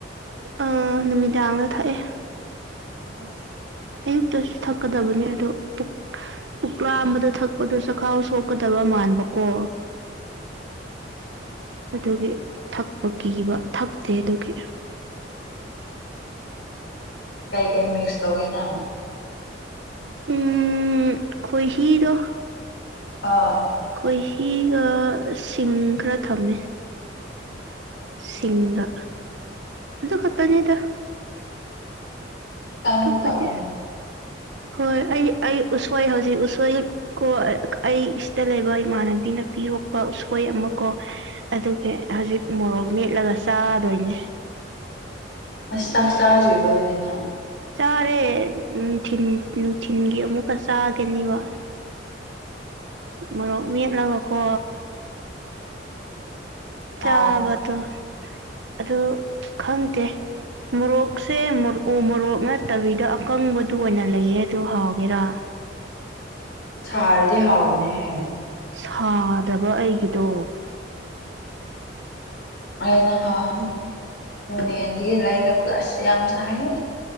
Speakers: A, on the right (about 70°); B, on the left (about 60°).
A: ꯑ ꯅꯨꯃꯤꯗꯥꯡꯗ ꯊꯛꯑꯦ
B: ꯑꯁ
A: ꯑꯌꯨꯛꯇꯁꯨ ꯊꯛꯀꯗꯕꯅꯦ ꯑꯗꯣ ꯄꯨꯛ ꯄꯨꯛ ꯂꯥꯝꯕꯗ ꯊꯛꯄꯗꯣ ꯆꯈꯥꯎ ꯁꯣꯛꯀꯗꯕ ꯃꯥꯟꯕꯀꯣ
B: <inaudible>
A: ꯑꯗꯨꯒꯤ ꯊꯛꯄ ꯀꯤꯕ ꯊꯛꯇꯦ ꯑꯗꯨꯒꯤ
B: ꯀꯩ ꯀꯩ ꯃꯤꯛꯁ ꯇꯧꯒꯦ ꯅꯪ
A: ꯎꯝ ꯈꯨꯏꯍꯤꯗꯣ
B: ꯑꯥ
A: ꯈꯨꯏꯍꯤꯒ ꯁꯤꯡ ꯈꯔ ꯊꯝꯃꯦ ꯁꯤꯡꯒ ꯑꯗꯨ ꯈꯇꯅꯦꯗ
B: ꯍꯛꯆꯥꯡꯁꯨ
A: ꯇꯣꯞꯄꯗꯤ
B: <inaudible>
A: ꯍꯣꯏ ꯑꯩ ꯑꯩ ꯎꯁꯣꯏ ꯍꯧꯖꯤꯛ ꯎꯁꯣꯏ ꯀꯣ ꯑꯩ ꯁꯤꯗ ꯂꯩꯕ ꯏꯃꯥꯟꯅꯕꯤꯅ ꯄꯤꯔꯛꯄ ꯎꯁꯣꯏ ꯑꯃ ꯀꯣ ꯑꯗꯨꯒꯤ ꯍꯖꯤꯛ ꯃꯣꯔꯣꯛ ꯃꯦꯠꯂꯒ ꯆꯥꯗꯣꯏꯅꯦ
B: ꯑꯁ ꯆꯥꯛ ꯆꯥꯗ꯭ꯔꯤꯕꯣ ꯑꯗꯨꯗꯤ ꯅꯪ
A: ꯆꯥꯔꯦ ꯅꯨꯡꯊꯤꯟ ꯅꯨꯡꯊꯤꯟꯒꯤ ꯑꯃꯨꯛꯀ ꯆꯥꯒꯅꯤꯕ ꯃꯣꯔꯣꯛ ꯃꯦꯠꯂꯒ ꯀꯣ ꯆꯥꯕꯇꯣ
B: ꯍꯥꯎꯕꯅꯦ
A: ꯑꯗꯨ ꯈꯪꯗꯦ ꯃꯣꯔꯣꯛꯁꯦ ꯃꯣ ꯎ ꯃꯣꯔꯣꯛ ꯅꯠꯇꯕꯤꯗ ꯑꯀꯪꯕꯗꯨ ꯑꯣꯏꯅ ꯂꯩꯌꯦ ꯑꯗꯨ ꯍꯥꯎꯒꯦꯔꯥ
B: ꯁꯥꯔꯗꯤ ꯍꯥꯎꯕꯅꯦ ꯍꯦ
A: ꯁꯥꯗꯕ ꯑꯩꯒꯤꯗꯣ
B: ꯑꯩ ꯅꯍꯥꯟ ꯅꯣꯅꯦ ꯗꯒꯤ ꯂꯩꯔꯕ ꯑꯁ ꯌꯥꯝ ꯁꯥꯏꯍꯦ